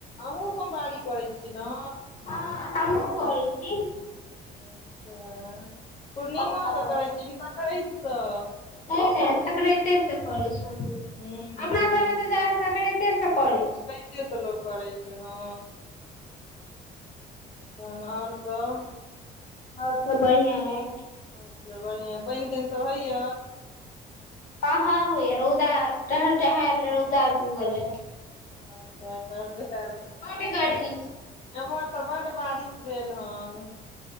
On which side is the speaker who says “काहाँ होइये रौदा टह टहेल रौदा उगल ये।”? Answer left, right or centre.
Left